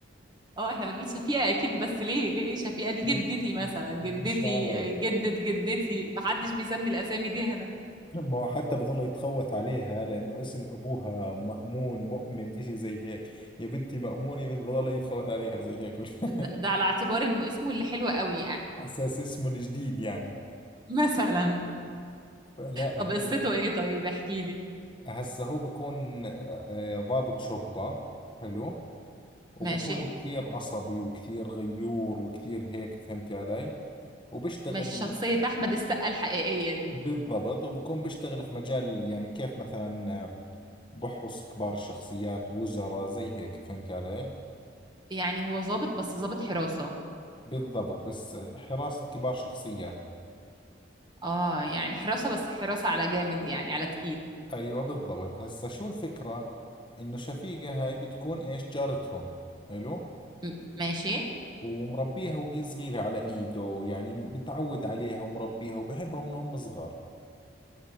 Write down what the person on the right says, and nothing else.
اه احنا بنقول شفيقة اكيد بس ليه ليه شفيقة دي
جدتي مثلا جدتي
جدة جدتي محدش بيسمي الاسامي دي هنا
ده, ده على اعتبار انه اسمه اللي حلو قوي يعني
<laughs> مثلا
طب
قصته ايه طيب احكي لي
ماشي
مش شخصية أحمد السقا الحقيقية دي
يعني هو ظابط بس ظابط حراسة
اه يعني حراسة بس حراسة على جامد يعني على تقيل
م- ماشي